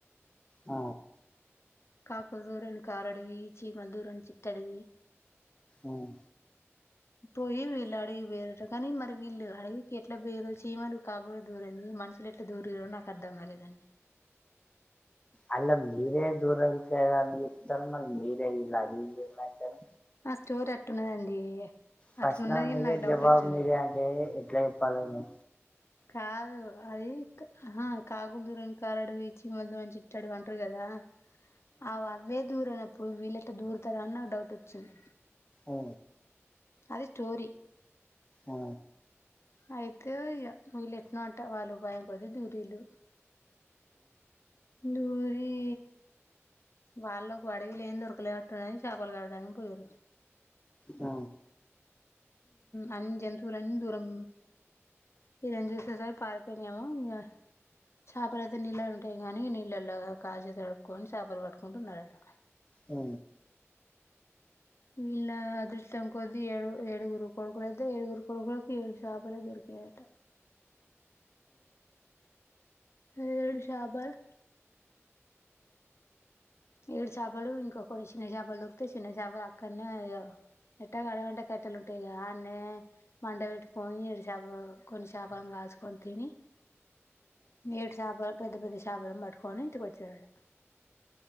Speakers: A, on the left; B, on the left.
A: ఆ
B: కాకులు దూరన్ కారడవి చమల్ ధూరన్ చి ట్టడివి
A: ఊ
B: పోయ్యి వీళ్లడికి పొఇలాట కానీ మరి వీళ్ళు అడవికి ఎట్లా పోయిర్రో చీమలు కాకుడా దూరంది మనుషులు ఎట్లా దూరిరో నాకు అర్ధం కాలేదండి
A: అళ్లా మీరే దూరాల కదా అని చెప్తారు మళ్ళీ మీరే ఇలా అది అంటరు
B: ఆ స్టోరి అట్టున్నదండి
A: ప్రశ్న
B: అట్లున్నది
A: మీరే
B: కాని నాకు డౌట్
A: జవాబు
B: వచ్చింది
A: మీరే అంటే ఎట్ల చేప్పలండి
B: కాదు అది అహ కాకులు దూరని కారడివి చిమలు దూరని చ్ టడివి అంటరు కదా అగొ అవ్వే దూరనప్ ప్పుడు వీళ్ళేట్లా దూరుతారాని నాకు డౌట్ వచ్చింది
A: ఓ
B: అది స్టోరీ
A: ఆ
B: అయితే ఇగ వీళ్ళు ఎట్నో ఉంట వాళ్ళు భయం కొద్ది దూరీలు దూరి వాళ్ళుకు అడవి లేం దొరకలేట్ది అని చేపలు కట్టడానికి పోయిర్రు
A: అ
B: అని జంతువులన్నీ దూరం వీళ్లను చూసి పారిపోయా ఇగా చేపలు అయితే నీళ్ళలు ఉంటాయి కానీ నీళ్ళలు కాళ్లు న్ చేతులు కడుక్కొని చేపలు పట్టుకుంటు ఉన్నారట
A: ఉ
B: ఎలా అదృష్టం కొద్ది ఏడుగు ఏడుగురు కొడుకులు ఏడుగురు కొడుకులకు ఏడు చాపలే దొరికినయట ఏడు చాపల్ ఏడు చేపలు ఇంకొక చిన్న చాపలు దొరికితే చిన్న చాప అక్కడనే ఎట్టా గడవంటే కట్టెలు ఉంటాయి అన్నే మండ పెట్టుకొని ఏడు చాపలు కొన్ని చాపలు కాల్చుకొని తిని ఏడు చేపలు పెద్ద పెద్ద చాపలను పట్టుకొని ఇంటికి వచ్చారట